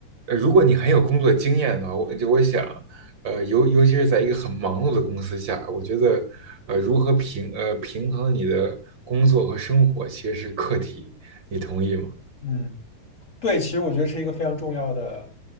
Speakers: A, on the right; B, on the left.
A: 呃，如果你很有工作经验的话，我就我想，呃，尤尤其是在一个很忙碌的公司下，我觉得，呃，如何平呃平衡你的工作和生活，其实是课题，你同意吗？
B: 嗯，对，其实我觉得是一个非常重要的